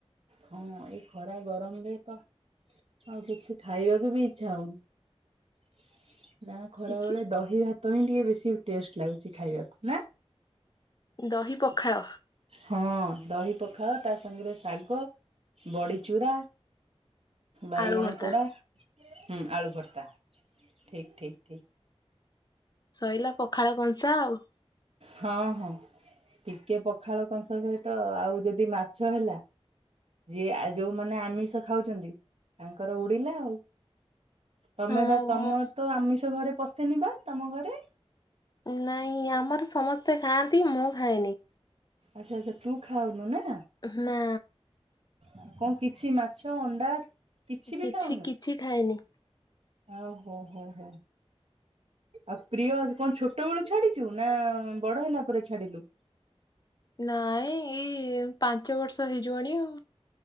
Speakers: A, on the right; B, on the left.
A: ହଁ ଏଇ ଖରା ଗରମରେ ତ ଆଉ କିଛି ଖାଇବାକୁ ବି ଇଚ୍ଛା ହଉନି। ନା ଖରା
B: କିଛି
A: ବେଳେ ଦହି ଭାତ ତହିଁ ଟିକେ ବେଶୀ ଟେଷ୍ଟ ଲାଗୁଛି ଖାଇବାକୁ ନାଁ?
B: ଦହି ପଖାଳ
A: ହଁ ଦହି ପଖାଲ ତା ସାଙ୍ଗରେ ଶାଗ ବଡ଼ିଚୂୁରା ବାଇଗଣ
B: ଆଳୁ ଭର୍ତ୍ତା
A: ପୋଡା ହଁ ଆଳୁ ଭର୍ତ୍ତା ଠିକ ଠିକ ଠିକ
B: ସଇଲା ପଖାଳ କଂସା ଆଉ
A: ହଁ ହଁ ଟିକେ ପଖାଳ କଂସା ସହିତ ଆଉ ଯଦି ମାଛ ହେଲା ଯିଏ ଯୋଉମାନେ ଆମିଷ ଖାଉଛନ୍ତି ତାଙ୍କର ଉଡିଲା ଆଉ ତମେ
B: ହଁ
A: ବା ତମ
B: ମୁଁ-
A: ତୁ ଆମିଷ ଘରେ ପଶେନି ବା ତମ ଘରେ
B: ନାଇଁ ଆମର ସମସ୍ତେ ଖାଆନ୍ତି ମୁଁ ଖାଏନି।
A: ଆଛା ଆଛା ତୁ ଖାାଉନୁ ନା
B: ନା
A: ଆଉ କଣ କିଛି ମାଛ ଅଣ୍ଡା କିଛି
B: କିଛି
A: ବି ଖାଉନୁ
B: କିଛି ଖାଏନି
A: ଓ ହୋ ହୋ ହୋ। ଆଉ ପ୍ରିୟ ଆ କଣ ଛୋଟ ବେଳୁ ଛାଡିଚୁ ନା ବଡ ହେଲା ପରେ ଛାଡିଲୁ?
B: ନାଇଁ ଏଇ ପାଞ୍ଚ ବର୍ଷ ହେଇଯିବଣି ଆଉ